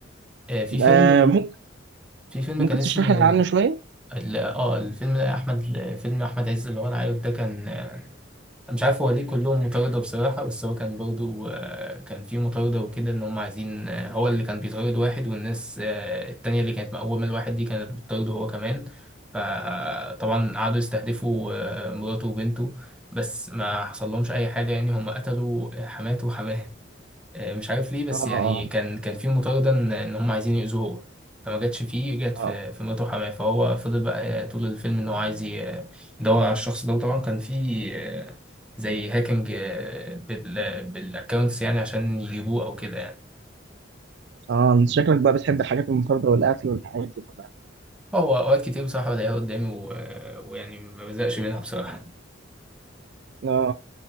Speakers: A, in the centre; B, on the right (about 60°).
A: آه، في فيلم
B: آه ممكن
A: في فيلم
B: ممكن
A: كان اسمه
B: تشرح لي عنه شوية؟
A: ال- اه الفيلم ده أحمد فيلم أحمد عز اللي هو العارف ده كان آه، أنا مش عارف هو ليه كلهم مطاردة بصراحة بس هو كان برضو آه، كان في مطاردة وكده إن هم عايزين آه، هو اللي كان بيطارد واحد والناس آه، التانية اللي كانت مقومة الواحد دي كانت بتطارده هو كمان فطبعا قعدوا يستهدفوا آه، مراته وبنته بس ما حصل لهمش أي حاجة يعني هم قتلوا آه، حماته وحماه آه، مش عارف ليه بس
B: آه
A: يعني
B: آه
A: كان كان في مطارده ان إن هم عايزين يأذوه هو فما جاتش فيه جت في
B: آه
A: في مراته حماه فهو فضل بقى طول الفيلم ان هو عايز ي- يدور على الشخص ده وطبعا كان في آه، زي هاكينج آه، بال بالاكونتس يعني عشان يجيبوه او كده يعني
B: آه شكلك بقى بتحب الحاجات المنفردة والأكل والحاجات دي كلها
A: هو اوقات كتير بصراحه بلاقيها قدامي و- آه، ويعني ما بزهقش منها بصراحه
B: آه.